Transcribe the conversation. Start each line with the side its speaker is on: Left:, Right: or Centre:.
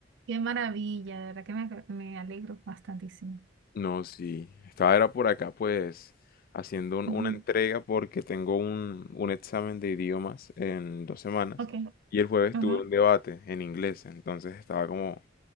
Right: Qué maravilla, de verdad que me, me alegro bastantísimo.
Left: No, sí. Estaba era por acá pues haciendo un-
Right: Ujú.
Left: una entrega porque tengo un, un examen de idiomas en dos semanas
Right: Ok,
Left: y el jueves
Right: ajá.
Left: tuve un debate en inglés, entonces estaba como